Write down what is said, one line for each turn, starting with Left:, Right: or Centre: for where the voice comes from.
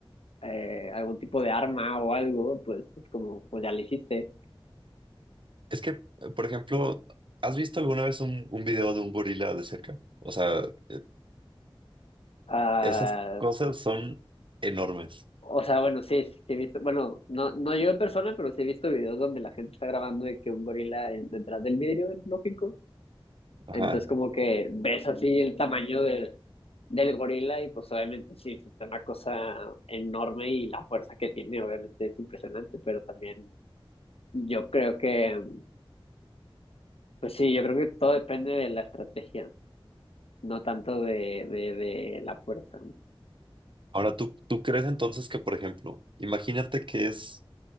Left: eh, algún tipo de arma o algo, pues es como, pues ya le hiciste.
Right: Es que, eh, por ejemplo, ¿has visto alguna vez un, un video de un gorila de cerca? O sea, eh,
Left: Ah,
Right: esas cosas son enormes.
Left: O sea, bueno, sí, sí, sí he visto, bueno, no, no yo en persona, pero sí he visto videos donde la gente está grabando de que un gorila en- detrás del vidrio es lógico.
Right: Ajá.
Left: Entonces como que ves así el tamaño del, del gorila y pues obviamente sí, sí, es una cosa enorme y la fuerza que tiene obviamente es impresionante, pero también yo creo que, pues sí, yo creo que todo depende de la estrategia, no tanto de, de, de la fuerza.
Right: Ahora, ¿tú, tú crees entonces que, por ejemplo, imagínate que es